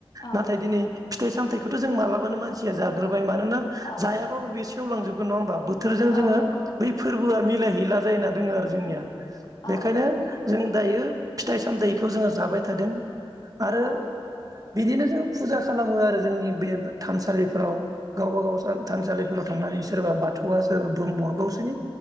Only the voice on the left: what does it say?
औ
औ
औ
नंगौ
औ
औ